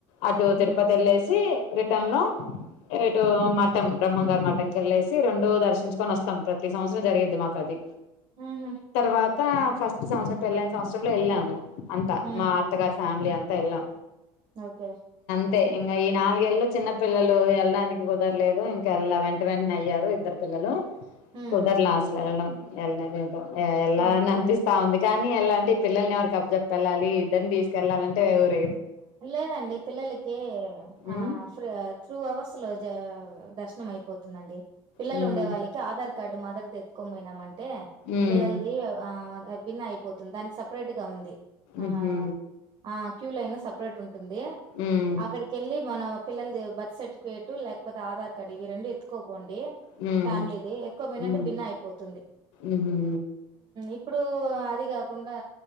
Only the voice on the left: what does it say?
అటు
తిరుపతి వెల్లే సి రిటన్ లో
ఇటు మటం బ్రహ్మం గారు మటంకి వెళ్లేేసి రెండు దర్శించుకొని వస్తాం ప్రతి సంవత్సరం జరిగిద్ది మాకు అది
పాత ఫస్ట్ సంవత్సరం పెళ్ళైన సంవత్సరంలో ఎళ్ళాము అంత
మా అత్తగారి ఫ్యామిలీ అంత ఎలా
అంతే ఇంకా ఈ నాలుగేళ్ళు చిన్న పిల్లలు వెళ్ళడానికి కుదరలేదు ఇంకా ఎల్లా వెంట వెంటనే అయ్యారు ఇద్దరు పిల్లలు
కుదర్
లా అసలు వెళ్లడం ఎట్లాగే ఎల్లాలైన
అంతేగా ఉంది కానీ ఎల్లాలి అంటే పిల్లల్ని ఎవరుకి అప్ప చెప్పెళ్ళాలి ఇద్దరిని తీసుకెళ్ళాలంటే ఎవర్
ఉమ్
హ్మ్
హ్మ్
ఉహూ
హ్మ్
హ్మ్
హ్మ్
ఉహూ